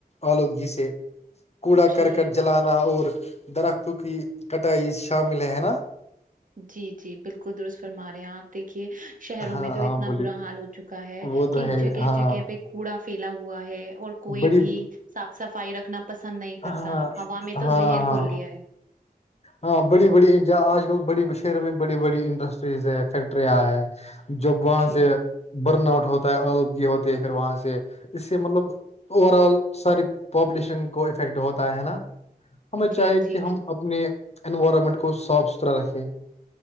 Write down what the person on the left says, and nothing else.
آلودگی سے کوڑا
کرکٹ جلان اور درختوں کی کٹائی شامل ہے ہے نا
ہاں
ہاں
بولیے
وہ تو
ہے
ہاں
بڑی
ہاں
ہاں
ہاں
ہاں بڑی بڑی آج کل بڑے شہروں میں بی بڑی انڈسٹریز ہے فیکٹرں ہیں جب وہاں
سے برن آؤٹ ہوتا ہے آلودگی ہوتی ہے پھر وہاں سے اس سے مطلب تو اوور آل سارے پاپولیشن کو افیکٹ ہوتا ہے نا ہمیں
چاہیے
کہ ہم اپنے انوائرمنٹ کو صاف ستھرا رکھیں